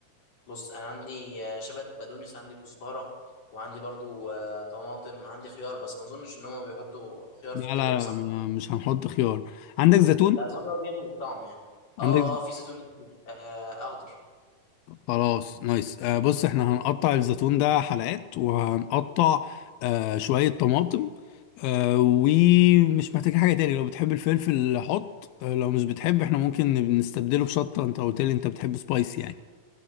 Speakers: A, on the left; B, on the left.
A: بص انا عندي آه، شبت بقدونس عندي كزبرة وعندي برضو آه، طماطم عندي خيار بس ما اظنش ان هما بيحطوا خيار
B: لا
A: في الكريب
B: لا
A: صح؟
B: لا ما- مش هنحط خيار عندك زيتون
A: ده اظن هو بياخد الطعم يعني اه
B: عندك
A: اه في زيتون كتير آه اخضر
B: خلاص نايس آه بص احنا هنقطع الزيتون ده حلقات وهنقطع آه شوية طماطم آه ومش محتاج حاجة تاني لو بتحب الفلفل حط آه لو مش بتحب احنا ممكن
A: مم.
B: نستبدله بشطة انت قلت لي انت بتحب سبايسي يعني